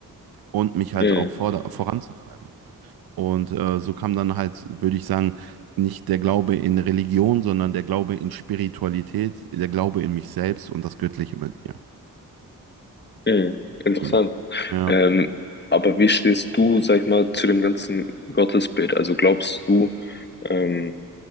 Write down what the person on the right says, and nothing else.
und mich halt
auch vor, voranzutreiben. Und äh, so kam dann halt, würde ich sagen, nicht der Glaube in Religion, sondern der Glaube in Spiritualität, der Glaube in mich selbst und das Göttliche mit mir.
Ja. Ja.